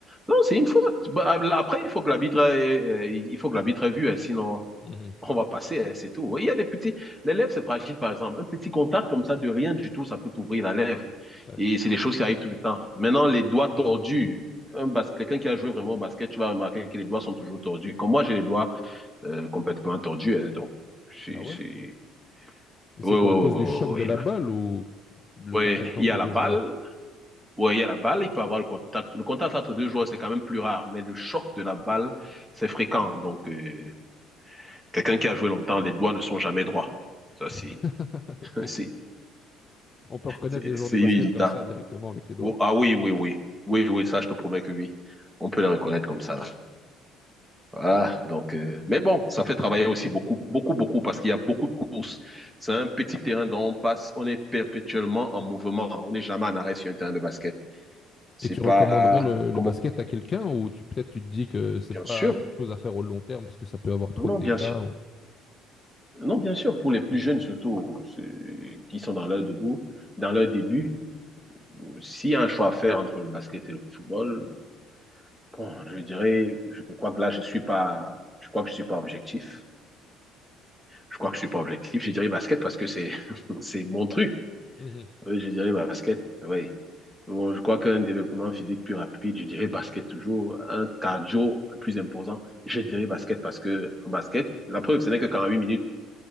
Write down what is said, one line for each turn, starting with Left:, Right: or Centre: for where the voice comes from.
Centre: Non, c'est une faute. Bah, Après, il faut que l'arbitre ait, euh, il faut que l'arbitre ait vu, hein, sinon,
Left: Mhm,
Centre: on va passer, hein, c'est tout. Oui, Il y a des petits, les lèvres, c'est fragile, par exemple. Un petit contact comme ça, de rien du tout, ça peut t'ouvrir la lèvre.
Left: ouais.
Centre: Et c'est des choses qui arrivent tout le temps. Maintenant, les doigts tordus. Un bas... Quelqu'un qui a joué vraiment au basket, tu vas remarquer que les doigts sont toujours tordus. Comme moi, j'ai les doigts euh, complètement tordus. Hein, donc, c'est...
Left: Ah ouais?
Centre: c'est-
Left: Mais c'est
Centre: Oui,
Left: quoi,
Centre: oui,
Left: à
Centre: oui,
Left: cause
Centre: oui,
Left: du choc de
Centre: oui.
Left: la
Centre: oui.
Left: balle ou le
Centre: Oui,
Left: contact entre
Centre: il y a la
Left: deux
Centre: balle.
Left: joueurs?
Centre: Oui, il y a la balle. Il peut avoir le contact. Le contact entre deux joueurs, c'est quand même plus rare. Mais le choc de la balle, c'est fréquent. Donc, euh, quelqu'un qui a joué longtemps, les doigts ne sont jamais droits. Ça, c'est,
Left: <laughs>
Centre: <laughs>
Left: Ok.
Centre: c'est
Left: On peut reconnaître
Centre: C'est
Left: les joueurs
Centre: c'est
Left: de basket
Centre: inévitable.
Left: comme ça directement avec les doigts.
Centre: Oh, ah oui, oui, oui. Oui, oui, ça, je te promets que oui. On peut la reconnaître comme ça, là. Voilà. Donc, euh, mais bon, ça fait travailler aussi beaucoup, beaucoup, beaucoup, parce qu'il y a beaucoup de courses. C'est un petit terrain dont on passe, on est perpétuellement en mouvement. On n'est jamais en arrêt sur un terrain de basket. C'est
Left: Et tu
Centre: pas
Left: recommanderais le,
Centre: comme,
Left: le basket à quelqu'un ou tu peut-être tu te dis que c'est
Centre: bien
Left: pas
Centre: sûr.
Left: quelque chose à faire au long terme parce que ça peut avoir trop
Centre: Non,
Left: de dégâts
Centre: bien sûr.
Left: ou...
Centre: Non, bien sûr, pour les plus jeunes, surtout, ceux qui sont dans leur debout, dans leur début, s'il y a un choix à faire entre le basket et le football, Bon, je dirais, je crois que là, je suis pas, je crois que je suis pas objectif. Je crois que je suis pas objectif. Je dirais basket parce que c'est, <laughs> c'est mon truc.
Left: Mhm,
Centre: Oui, Je dirais basket, oui. Bon, je crois qu'un développement physique plus rapide, je dirais basket toujours. Un cardio plus imposant, je dirais basket parce que en basket, la preuve, ce n'est que huit minutes,